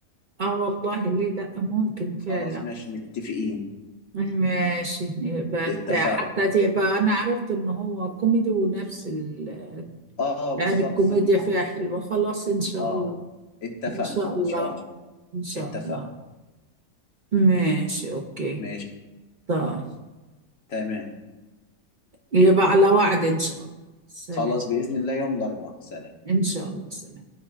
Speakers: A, on the right (about 55°); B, on the left (about 65°).
A: اه والله ليه لا ممكن فعلا
B: خلاص ماشي متفقين
A: ماشي بت-
B: اتفقنا
A: حتى تبقى انا عرفت ان هو كوميدي ونفس ال...
B: اه آه، بالظبط
A: يعني الكوميديا
B: كوميدي
A: فيها حلوة خلاص ان شاء
B: اه
A: الله
B: اتفقنا
A: ان شاء الله
B: ان شاء الله
A: ان شاء
B: اتفقنا
A: الله ماشي اوكي
B: ماشي
A: طيب
B: تمام
A: يبقى على وعد ان شاء الله سلام
B: خلاص بإذن الله يوم الأربعاء سلام
A: ان شاء الله سلام